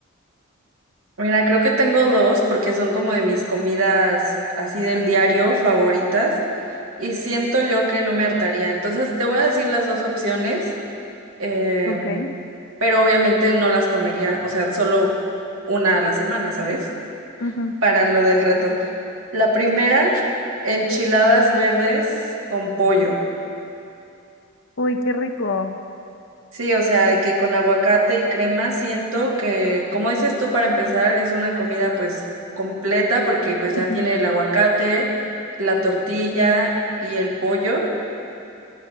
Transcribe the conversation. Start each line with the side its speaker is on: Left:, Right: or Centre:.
Right: Mira, creo que tengo dos porque son como de mis comidas así del diario favoritas y siento yo que no me hartaría. Entonces te voy a decir las dos opciones, eh,
Left: Ok.
Right: pero obviamente no las comería, o sea, solo una a la semana, ¿sabes?
Left: ujú.
Right: Para lo del reto. La primera, enchiladas verdes con pollo.
Left: Uy, qué rico.
Right: Sí, o sea, de que con aguacate y crema siento que, como dices tú, para empezar es una comida pues completa porque pues ya
Left: Ujú.
Right: tiene el aguacate, la tortilla y el pollo